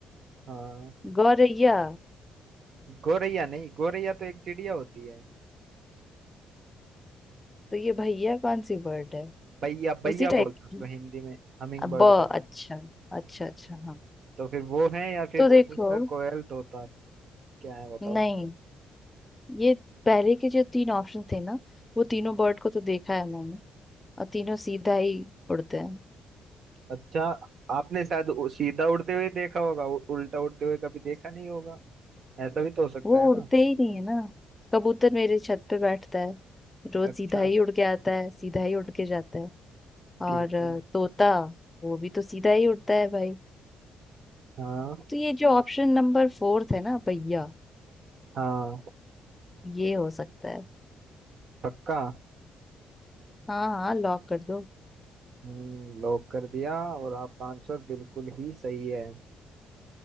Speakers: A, on the right; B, on the left.
A: हाँ
B: गौरैया
A: गोरैया नहीं गोरैया तो एक चिड़िया होती है
B: तो ये भैया कौन सी बर्ड है
A: बैया बैया
B: उसी टाइप
A: बोलते
B: की
A: हैं उसको हिंदी में हमिंग
B: अब
A: बर्ड
B: ब
A: को
B: अच्छा अच्छा अच्छा हाँ
A: तो फिर वो है या फिर
B: तो देखो
A: कबूतर कोयल तोता क्या है बताओ
B: नहीं ये पहले के जो तीन ऑप्शन थे ना वो तीनों बर्ड को तो देखा है मैंने और तीनों सीधा ही उड़ते हैं
A: अच्छा आपने शायद उ- सीधा उड़ते हुए देखा होगा उ- उल्टा उड़ते हुए कभी देखा नहीं होगा ऐसा भी तो हो सकता
B: वो
A: है
B: उड़ते
A: ना
B: ही नहीं है ना कबूतर मेरे छत पे बैठता है रोज
A: अच्छा
B: सीधा ही उड़ के आता है सीधा ही उड़ के जाता है
A: ठीक
B: और अ,
A: है
B: तोता वो भी तो सीधा ही उड़ता है भाई
A: हाँ
B: तो ये जो ऑप्शन नंबर फोर्थ है ना भैया
A: हाँ
B: ये हो सकता है
A: पक्का
B: हाँ हाँ लॉक कर दो
A: हम्म लॉक कर दिया और आपका आंसर बिल्कुल ही सही है